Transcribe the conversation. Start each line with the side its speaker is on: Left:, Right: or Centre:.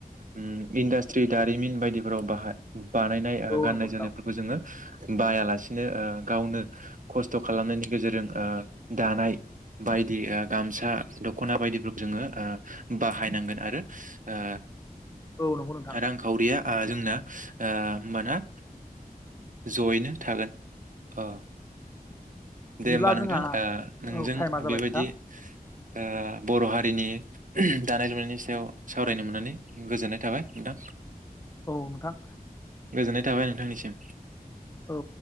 Right: उम इन्डास्ट्रि दारिमिन बायदिफोराव बाहाय बानायनाय ओ
Left: औ
Right: गाननाय
Left: नंगौ नोंथां
Right: जोमनायफोरखौ जोङो बायालासिनो ओ गावनो खस्थ' खालामनायनि गेजेरजों ओ दानाय बायदि गामसा दख'ना बायदिफोरखौ जोङो ओ बाहायनांगोन आरो ओ
Left: औ नंगौ नोंथां
Right: रांखावरिया ओ जों ना ओ होनबाना जयैनो थागोन ओ
Left: बिदिब्ला
Right: दे होमबा नोंथां
Left: जोंहा
Right: ओ नोंजों
Left: औ टाइमा जाबाय
Right: बेबायदि
Left: नोंथां
Right: ओ बर' हा रिनि दानाय लुनायनि सायाव सावरायनो मोननानै गोजोननाय थाबाय नोंथां।
Left: औ नोंथां।
Right: गोजोननाय थाबाय नोंथांनिसिम।
Left: औ।